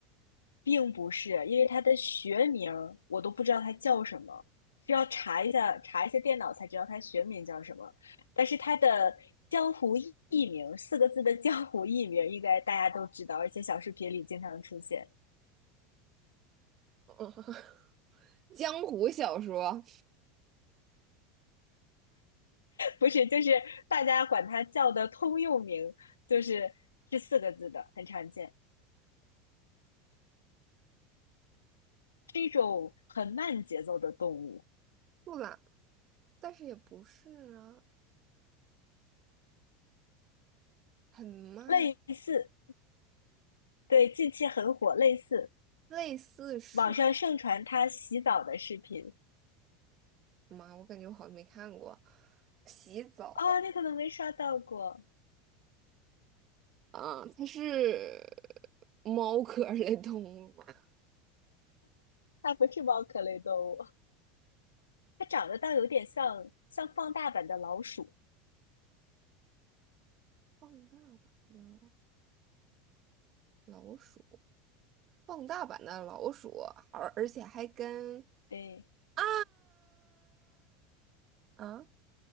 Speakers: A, on the left; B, on the right.
A: 并不是，因为它的学名儿我都不知道它叫什么，需要查一下查一下电脑才知道它学名叫什么。但是它的江湖艺艺名，四个字的江湖艺名，应该大家都知道，而且小视频里经常出现。
B: <laughs> 江湖小说，
A: 不是，就是大家管它叫的通用名，就是是四个字的，很常见，是一种很慢节奏的动物，
B: 不啦，但是也不是啊，很慢，
A: 类似，对，近期很火，类似，
B: 类似树
A: 网上盛传它洗澡的视频。
B: 吗？我感觉我好像没看过。洗澡，
A: 啊，你可能没刷到过，
B: 啊，它是猫科儿类动物吗？<laughs>
A: 它不是猫科类动物，它长得倒有点像像放大版的老鼠，
B: 放大版的老鼠，放大版的老鼠，而而且还跟
A: 对，
B: 啊啊